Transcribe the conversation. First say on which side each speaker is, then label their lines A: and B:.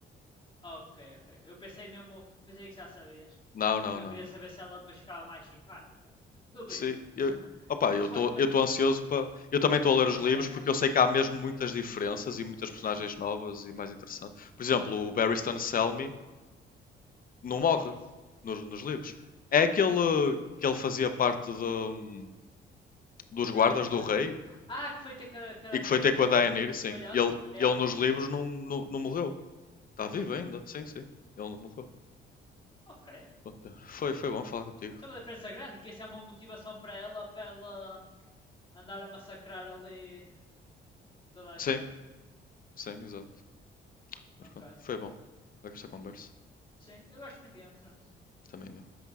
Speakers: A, on the left; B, on the left.
A: Ok, ok, ok. Eu pensei mesmo, pensei que já sabias,
B: Não, não,
A: porque eu
B: não.
A: queria saber se ela depois ficava mais simpática. Duvido.
B: Sim,
A: <laughs>
B: eu, opa,
A: Porque
B: eu
A: supostamente,
B: estou eu estou ansioso para. Eu também estou a
A: para
B: ler
A: ver
B: os livros
A: chegar a essa
B: porque
A: parte.
B: eu sei que há mesmo muitas diferenças e muitas
A: Sim,
B: personagens novas e mais interessantes. Por exemplo, o Barristan Selmy não morre
A: quem é esse?
B: nos, nos livros. É aquele que ele fazia parte de, hum, dos
A: Do
B: guardas
A: Night-
B: do
A: do-
B: rei
A: Ah, que foi ter com a com a
B: e
A: Daenerys,
B: que foi ter com a Daenerys,
A: o,
B: sim.
A: o velhote?
B: Ele, ele
A: Yeah.
B: nos livros não, não, não morreu. Está
A: Sério?
B: vivo ainda, sim, sim. Ele não morreu.
A: Ok.
B: Mas pronto, é. foi, foi bom falar contigo.
A: Isso é uma diferença grande, que isso é uma motivação para ela, para ela andar a massacrar ali toda a
B: Sim,
A: gente.
B: sim, exato. Mas
A: Ok.
B: pronto, foi bom. Esta conversa
A: Sim, eu gosto muito de Game of Thrones.
B: também. eu.